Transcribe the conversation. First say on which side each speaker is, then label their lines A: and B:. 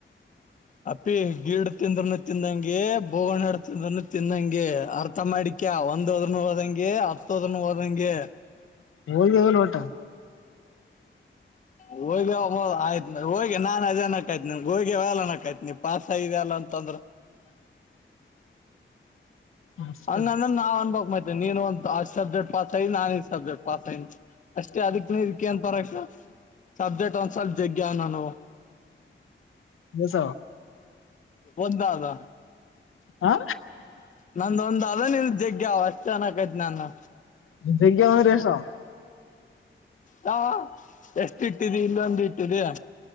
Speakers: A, on the left; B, on the left.
A: ಅಪ್ಪಿ ಗಿಡ್ ತಿಂದ್ರನು ತಿಂದಂಗೆ ಬೋಗಣಡು ತಿಂದ್ರನು ತಿಂದಂಗೆ ಆರ್ ಮತ ಮಾಡಿಕ್ಯಾ ಒಂದ ಹೋದ್ನು ಹೋದಂಗೆ ಹತ್ತು ಹೋದ್ನು ಹೋದಂಗೆ
B: ಹೋೋಗದಲ್ಲ ಟ
A: ಹೋಗ ಆಯ್ತ್ ಹೋಗಿ ನಾನ್ ಅದೇನಕಾಯ್ತ್ನ ಹೋಗಿ ವಲ್ಲನಕಾಯ್ತ್ನ ಪಸ್ ಆಗಿದ ಅಲ್ಲ ಅಂತಂದ್ರ
B: ಅಷ್ಟೇ
A: ಹಂಗಂದ್ರ ನಾ್ ಅನ್ಬಕ್ ಮಾಡ್ತೇ ನೀನ್ ಒಂದ ಅ್ ಸಬ್ಜೆಕ್ಟ್ ಪಾಸ್ ಐಿ ನನ್ ಸಬ್ಜೆಕ್ಟ್ ಪಾಸ್ ಯ ಅಷ್ಟೇ ಅದಕ್ ಇದಕ್ಕ ಏನ್ ಪರಕ್ ಸಬ್ಜೆಕ್ಟ್ ಒಂದ್ ಸ್ವಲ್ಪ ಜಗ್ ನಾನ
B: <inaudible> ಸ
A: ಒಂದ ಲ
B: ಹಾ
A: ನಂದೊಂದ್ ಅದ ನಿಲ್ ಜಗ್ಗ ಅವ ಅಷ್ಟ್ ಜನಕೈತ್ ನಾನು
B: ಜಗ್ಯ ಒ ರೇಷಾ
A: ಹಾ ಎಷ್ಟ ಇಟ್ಟಿದ ಇಲ್ಲೊಂದು ಇಟ್ಟು ಇಟ್ಟಿದೆ